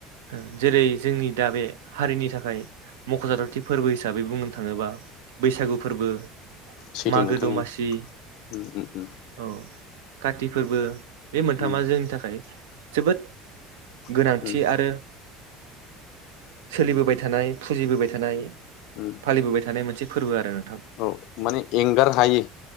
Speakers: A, on the right; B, on the left.
A: <unintelligible> जेरै जोंनि दा बे हारिनि थाखाय मख'जाथावथि फोरबो हिसाबै बुंनो थाङोबा बैसागु फोरबो
B: सैथो
A: मागो
B: नोंथां
A: दमासि
B: औ उम उम
A: औ काति फोरबो बे मोनथामा
B: उम
A: जोंनि थाखाय जोबोद गोनांथि
B: उम
A: आरो सोलिबोबाय थानाय फुजिबोबाय थानाय
B: उम
A: फालिबोबाय थानाय मोनसे फोरबो आरो नोंथां
B: औ माने एंगार हायै